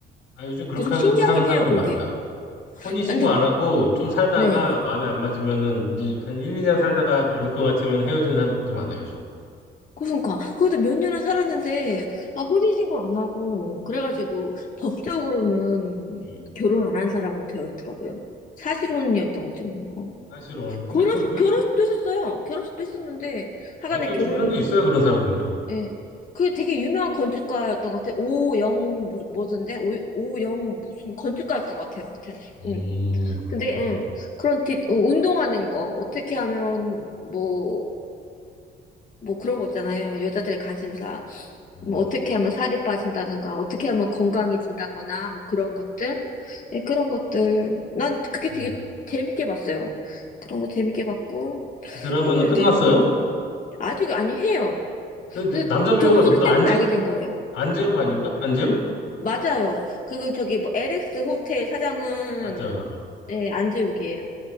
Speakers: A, on the left (about 85°); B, on the left (about 40°).
A: 아, 요즘 그렇게
B: 그거 좀 신기하긴
A: 하고 사는 사람들
B: 해요, 그게.
A: 많아. 혼인신고
B: 아, 근데
A: 안 하고 좀 살다가
B: 네.
A: 마음에 안 맞으면은 이제 한 1, 2년 살다가 아닐 것 같으면 헤어지는 사람들도 많아요, 요즘.
B: 그러니까 그래도 몇 년을 살았는데 아 혼인 신고를 안 하고 그래가지고 법적으로는
A: 예,
B: 결혼 안 한 사람으로 되어 있더라고요. 사실혼이었던 거죠, 뭐. 어.
A: 사실은.
B: 결혼식
A: 근데 그, 그,
B: 결혼식도 했었어요. 결혼식도 했었는데 하간에
A: 맞아요.
B: 결혼
A: 주변에
B: 그
A: 있어요, 그런 사람들도.
B: 예. 그게 되게 유명한 건축가였던 것 같아요. 오영 무슨 뭐던데? 오, 오영 무슨 건축가였던 것 같아요. 하여튼.
A: 음,
B: 음.
A: 그렇구나.
B: 근데 음. 그런 뒷 어, 운동하는 거 어떻게 하면 뭐 뭐 그런 거 있잖아요. 여자들의 관심사.
A: 음,
B: 뭐 어떻게 하면 살이 빠진다든가 어떻게 하면 건강해진다거나 뭐 그런 것들. 예, 그런 것들. 난 그게
A: 음.
B: 되게 재밌게 봤어요. 그런 거 재밌게 봤고
A: 그 드라마는
B: 또 유튜브
A: 끝났어요?
B: 아직 아니 해요.
A: 근데
B: 그래서
A: 남자 배우가
B: 독수리
A: 누구다?
B: 때문에
A: 안재,
B: 알게 된 거예요.
A: 안재욱 아닌가? 안재욱?
B: 맞아요. 그리고 저기 뭐 LX 호텔 사장은
A: 맞아.
B: 예, 안재욱이에요.